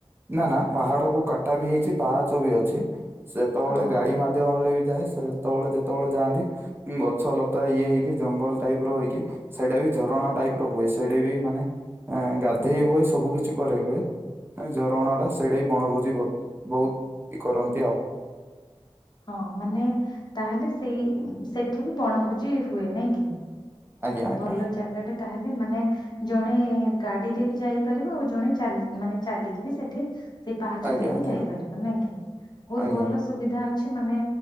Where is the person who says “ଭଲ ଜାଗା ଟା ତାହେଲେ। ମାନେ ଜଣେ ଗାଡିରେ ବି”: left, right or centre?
Left